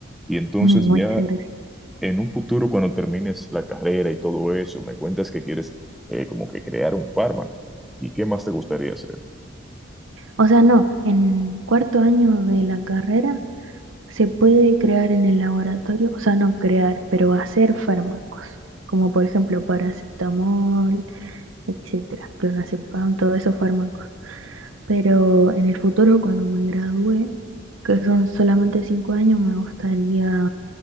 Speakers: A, in the centre; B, on the right (about 85°).
A: Y entonces
B: <laughs> Muchas
A: ya
B: gracias.
A: en un futuro, cuando termines la carrera y todo eso, me cuentas que quieres eh, como que crear un fármaco. ¿Y qué más te gustaría hacer?
B: O sea, no, en cuarto año de la carrera se puede crear en el laboratorio, o sea, no crear, pero hacer fármacos, como por ejemplo paracetamol, etcétera, clonazepam, todos esos fármacos. Pero en el futuro, cuando me gradué, que son solamente cinco años, me gustaría